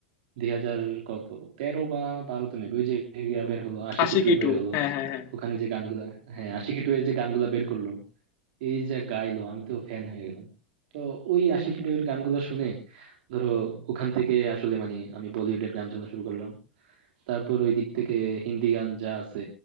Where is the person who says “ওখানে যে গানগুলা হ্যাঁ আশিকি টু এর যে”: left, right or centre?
Right